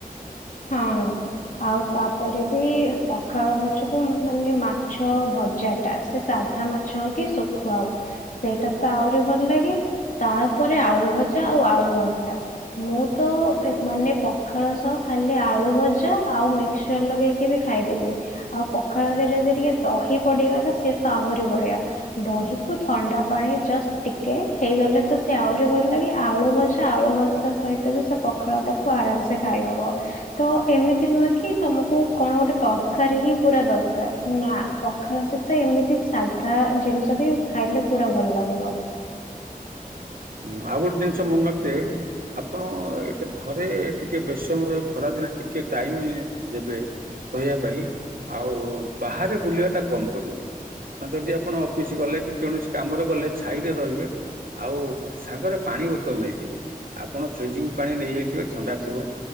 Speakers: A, on the left (about 60°); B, on the right (about 70°).
A: ହଁ। ଆଉ ତାପରେ ବି ପଖାଳ ଭାତକୁ ମାନେ ମାଛ ଭଜା ଟା ସେ ସା ଧା ମାଛ ହଉ କି ଶୁଖୁଆ ହଉ ସେଇଟା ତ ଆହୁରି ଭଲ ଲାଗେ। ତାପରେ ଆଳୁ ଭଜା ଆଉ ଆଳୁ ଭର୍ତା। ମୁଁ ତ ମାନେ ପଖାଳ ସହ ଖାଲି ଆଳୁ ଭଜା ଆଉ ମିକ୍ସର ଲଗେଇକି ବି ଖାଇଦିଏ। ଆଉ ପଖାଳରେ ଯଦି ଟିକେ ଦହି ପଡିଗଲା ସିଏତ ଆହୁରି ବଢିଆ। ଦହିକୁ ଥଣ୍ଡା ପାଣି ଜଷ୍ଟ ଟିକେ ହେଇଗଲେ ତ ସେ ଆହୁରି ଭଲ ଲାଗେ ଆଳୁ ଭଜା ଆଳୁ ଭ ତା ସହିତ ବି ସେ ପଖାଳ ଟାକୁ ଆରାମସେ ଖାଇଦବ। ତ ଏମିତି ନୁହେଁ କି ତମକୁ କଣ ଗୋଟେ ତରକାରୀ ହିଁ ପୁରା ଦରକାର ନା ପ ପଖାଳ ସହିତ ଏମିତି ସାଧା ଜିନିଷ ବି ଖାଇଲେ ପୁରା ଭଲ ଲାଗିବ।
B: ହଁ ଆଉ ଗୋଟ ଜିନିସ ମନରଖିଥିବେ ଆପଣ ଏଟେ ଘରେ ଟିକେ ବେଶୀ ସମୟ ଖରାଦିନେ ଟିକେ ଟାଇମ ଦେବେ ରହିବା ପାଇଁ ଆଉ ବାହାରେ ବୁଲିବାଟା କମ କରିବେ। ହଁ ଯଦି ଆପଣ ଅଫିସ ଗଲେ କି କୌଣସି କାମରେ ଗଲେ ଛାଇରେ ରହିବେ ଆଉ ସାଙ୍ଗରେ ପାଣି ବୋତଲ ନେଇଥିବେ ଆପଣ ଫ୍ରିଜିଙ୍ଗ ପାଣି ନେଇଯାଇଥିବେ ଥଣ୍ଡା ଥିବ